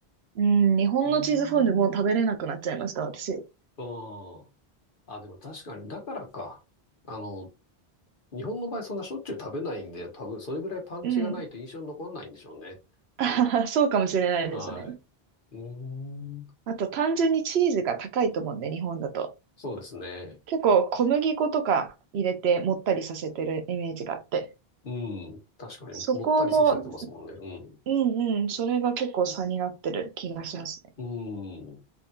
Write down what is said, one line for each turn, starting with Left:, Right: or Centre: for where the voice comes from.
Right: うん、日本のチーズフォンデュもう食べれなくなっちゃいました、
Left: うーん、
Right: 私。
Left: ああ。あ、でも確かに、だからか。あの、日本の場合そんなしょっちゅう食べないんで、多分それぐらいパンチがないと印象に残んないんでしょうね。
Right: うん。<laughs> あははそうかもしれないですね。
Left: はい。うーん、
Right: あと、単純にチーズが高いと思うんで、日本だと。
Left: そうですね。
Right: 結構、小麦粉とか入れて、もったりさせてるイメージがあって。
Left: うん、確かに、
Right: そこも
Left: もったりさせてますもんね。
Right: うんうん。それが結構差になってる気がしますね。
Left: うん。うん。